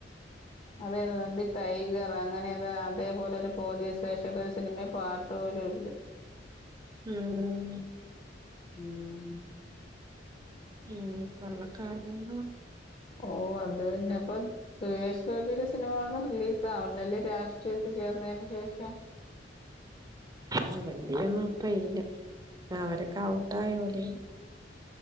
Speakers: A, on the left (about 35°); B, on the right (about 20°).
A: അതെതാ നന്ദി ടൈഗറാ അങ്ങനെ ഏതാ അതേപോലെ ഒരു പോലീസ് സ്റ്റേഷനൊരു സിനിമേ പാട്ട് പോലും ഇല്ല
B: ഉം ഉം
A: ഉം
B: ഉം കൊള്ളക്കാരെന്നോ
A: ഓഹ് അത് തന്നെ പ്പം സുരേഷ് ഗോപിയുടെ സിനിമകളൊന്നും റിലീസ് ആവുന്നില്ല ലേ രാഷ്ട്രീയത്തിൽ ചേർന്നതിന് ശേഷം
B: ഉം വല്യൊന്നും ഇപ്പ ഇല്ല അവരൊക്കെ ഔട്ടായോണ്ടേ